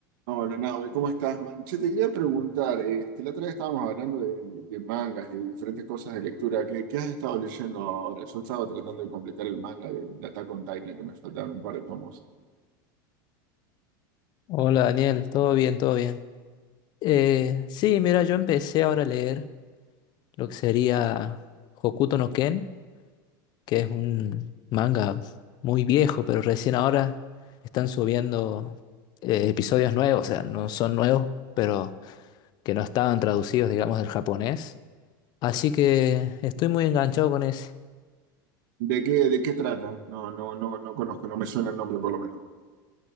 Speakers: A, on the right (about 65°); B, on the left (about 40°).
A: Hola, Nahue, ¿cómo estás, man? Che, te quería preguntar, este, la otra vez estábamos hablando de, de mangas y de diferentes cosas de lectura. ¿Qué, qué has estado leyendo ahora? Yo estaba tratando de completar el manga de, de Attack on Titan, que me faltaron un par de tomos.
B: Hola Daniel, todo bien, todo bien. Eh, sí, mira, yo empecé ahora a leer lo que sería Hokuto no Ken, que es un manga muy viejo, pero recién ahora están subiendo eh, episodios nuevos, o sea, no son nuevos, pero que no estaban traducidos, digamos, del japonés. Así que estoy muy enganchado con ese.
A: ¿De qué, de qué trata? No, no, no, no conozco, no me suena el nombre por lo menos.